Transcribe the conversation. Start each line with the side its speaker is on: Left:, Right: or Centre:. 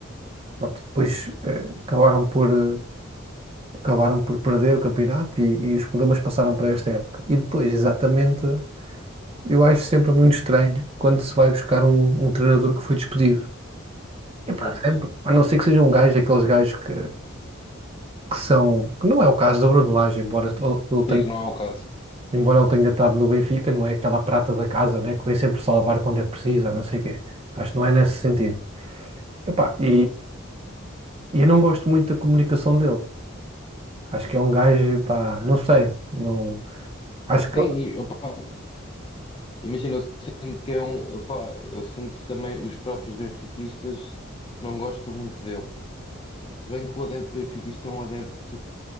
Right: pronto, e depois eh, acabaram por. eh, acabaram por perder o campeonato e, e os problemas passaram para esta época. E depois, exatamente. Eu acho sempre muito estranho quando se vai buscar um, um treinador que foi despedido.
Left: Uhum.
Right: É para sempre.
Left: Sim,
Right: A não ser que seja um gajo, aqueles gajos que, que são. Que não é o caso do Bruno Lage, embora ele ele tenha,
Left: que não é o caso.
Right: embora ele tenha estado no Benfica, não é aquela prata da casa, né? Que vem sempre salvar quando é preciso, a não sei o quê. Acho que não é nesse sentido. Epá, e, e eu não gosto muito da comunicação dele. Acho que é um gajo, pá, não sei. Não, acho que.
Left: Sim, e, opá, imagina, eu sinto que é um. opá, eu sinto que também os próprios benfiquistas não gostam muito dele. Se bem que o adepto benfiquista é um adepto.